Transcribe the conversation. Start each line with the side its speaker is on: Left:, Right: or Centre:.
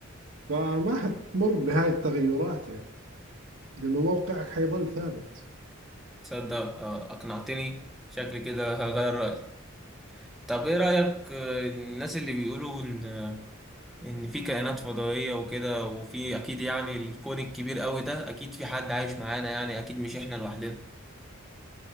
Right: فما حتمر بهاي التغيرات يعني لأنه موقعك حيظل ثابت
Centre: تصدق آه، أقنعتني شكلي كده هغير رأيي طب إيه رأيك آه، الناس اللي بيقولوا إن ان في كائنات فضائية وكده وفي اكيد يعني الكون الكبير قوي ده اكيد في حد عايش معانا يعني اكيد مش احنا لوحدنا